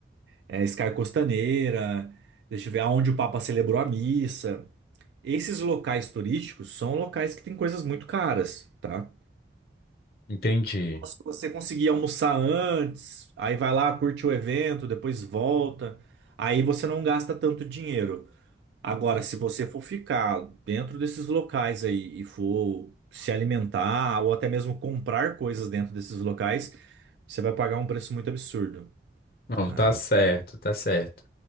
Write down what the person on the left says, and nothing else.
Entendi.
Não,
tá certo, tá certo.